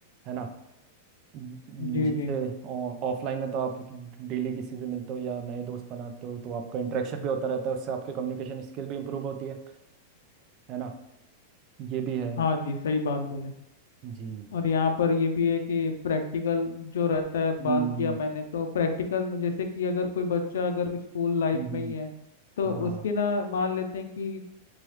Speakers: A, on the right (about 35°); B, on the left (about 85°).
A: है ना ज-
B: जी
A: जिससे
B: जी
A: ऑफलाइन में तो आप डेली किसी से मिलते हो या नए दोस्त बनाते हो तो आपका इंटरेक्शन भी होता रहता है उससे आपके कम्युनिकेशन स्किल भी इम्प्रूव होती है है ना ये भी है
B: हाँ जी सही बात बोले
A: जी
B: और यहाँ पर ये भी है कि प्रैक्टिकल जो रहता है बात
A: हम्म
B: किया मैंने तो प्रैक्टिकल में जैसे कि अगर कोई बच्चा अगर स्कूल लाइफ
A: हम्म हम्म,
B: में ही है तो
A: हाँ हाँ
B: उसके ना मान लेते हैं कि अ,